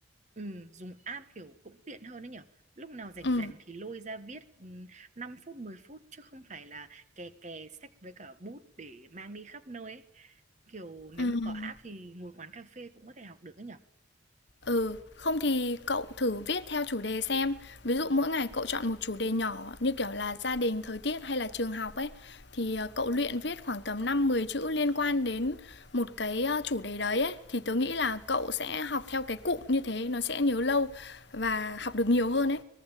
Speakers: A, on the right; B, on the left.
A: Ừ, dùng app kiểu cũng tiện hơn đấy nhở lúc nào rảnh
B: ừ
A: rảnh thì lôi ra viết ừ, 5 phút mười phút chứ không phải là kè kè sách với cả bút để mang đi khắp nơi ấy. kiểu nếu
B: Ừ.
A: mà có app thì ngồi quán cà phê cũng có thể học được đấy nhở
B: ừ không thì cậu thử viết theo chủ đề xem ví dụ mỗi ngày cậu chọn một chủ đề nhỏ như kiểu là gia đình thời tiết hay là trường học ấy thì ờ, cậu luyện viết khoảng tầm 5 10 chữ liên quan đến một cái ờ, chủ đề đấy ấy thì tớ nghĩ là cậu sẽ học theo cái cụm như thế nó sẽ nhớ lâu và học được nhiều hơn ấy